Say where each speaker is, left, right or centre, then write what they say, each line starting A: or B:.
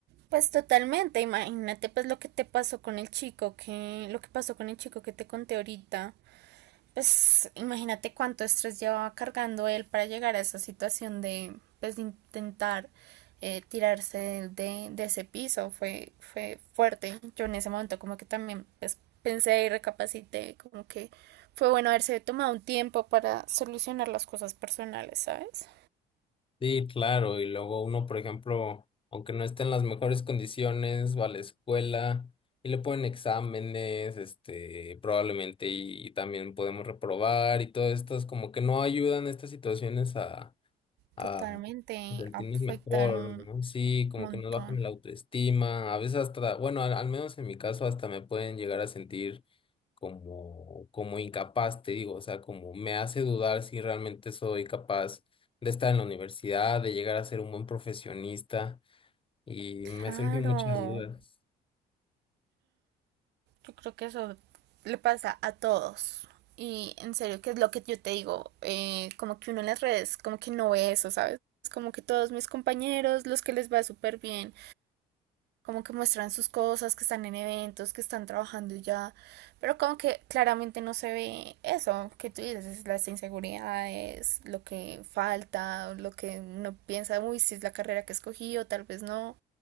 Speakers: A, on the right (about 80°); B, on the left (about 30°).
A: Pues totalmente, imagínate pues lo que te pasó con el chico que, lo que pasó con el chico que te conté ahorita. Pues imagínate cuánto estrés llevaba cargando él para llegar a esa situación de, pues de intentar eh, tirarse de, de, de ese piso. Fue, fue fuerte. Yo en ese momento como que también pues pensé y recapacité como que fue bueno haberse tomado un tiempo para solucionar las cosas personales, ¿sabes?
B: Sí, claro, y luego uno, por ejemplo, aunque no esté en las mejores condiciones, va a la escuela. Y le ponen exámenes, este, probablemente, y, y también podemos reprobar y todo esto, es como que no ayudan estas situaciones a
A: Totalmente
B: sentirnos
A: afectan
B: mejor,
A: un
B: ¿no? Sí, como
A: montón.
B: que nos bajan la autoestima, a veces hasta, bueno, al, al menos en mi caso hasta me pueden llegar a sentir como, como incapaz, te digo, o sea, como me hace dudar si realmente soy capaz de estar en la universidad, de llegar a ser un buen profesionista y
A: Claro,
B: me surgen muchas dudas.
A: yo creo que eso le pasa a todos. Y en serio, que es lo que yo te digo, eh, como que uno en las redes, como que no ve eso, ¿sabes? Es como que todos mis compañeros, los que les va súper bien, como que muestran sus cosas, que están en eventos, que están trabajando y ya, pero como que claramente no se ve eso que tú dices, es las inseguridades, lo que falta, lo que uno piensa, uy, si es la carrera que escogí o tal vez no,